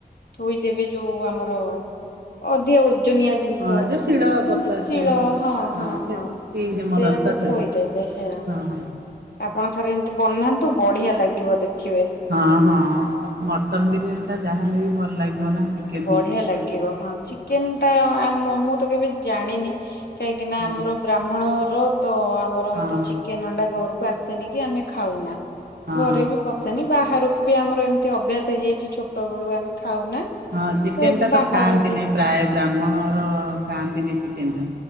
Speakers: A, on the left (about 80°); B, on the right (about 80°).
A: ଥୋଇଦେବେ ଯୋଉ ଆମର ଅଧିକ ଓଜନିଆ ଜିନ
B: ହଁ
A: ଷ ଯେମତି
B: ଯୋଉ ଶିଳ ପତା
A: ଶିଳ
B: ଶିଳି ପତା
A: ହଁ ହଁ
B: କି
A: ହଁ
B: ହେମଦସ୍ତା
A: ସେଇଆକୁ
B: ଥୋଇ
A: ଥୋଇଦେବେ ହେଁ।
B: ହଁ।
A: ଆପଣ ଥରେ ଏମତି ବନାନ୍ତୁ ବଢ଼ିଆ ଲାଗିବ ଦେଖିବେ।
B: ହଁ ହଁ ମଟନ୍ ବିରିୟାନୀ ଟା ଯାହାହେଲେ ବି ଭଲ ଲାଗିବ ନା। ଚିକେନ
A: ବଢ଼ିଆ
B: ବିରିୟାନୀ
A: ଲାଗିବ ହଁ ଚିକେନ୍ ଟା ଆମ ମ ମୁଁ ତ କେବେ ଜାଣିନି କାହିଁକିନା
B: ହଁ
A: ଆମର ବ୍ରାହ୍ମଣ ଘର ତ ଆମ ର
B: ହଁ
A: ଏତେ ଚିକେନ୍ ଅଣ୍ଡା ଘରୁକୁ ଆସେନି କି ଆମେ ଖାଉନା
B: ହଁ
A: ଘରେ ବି ପସେନି ବାହାରକୁ ବି ଆମର ଏମତି ଅଭ୍ୟାସ ହେଇଯାଇଚି ଛୋଟ ବେଳୁ ଆମେ ଖାଉନା।
B: ହଁ ଚିକେନ
A: ଏବେ
B: ଟା ତ
A: ବାହାରେ
B: ଖାଆନ୍ତିନି
A: ବି
B: ପ୍ରାଏ ବ୍ରାହ୍ମଣ ଘର ଖାଆନ୍ତିନି ଚିକେନ ଟା।